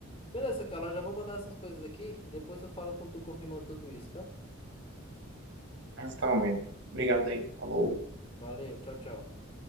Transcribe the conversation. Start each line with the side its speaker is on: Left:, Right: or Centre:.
Left: Beleza, Carla, eu já vou mandar essas coisas aqui. Depois eu falo com tu confirmando tudo isso, tá?
Right: Então, mesmo. Obrigado aí, falou.
Left: Valeu, tchau, tchau.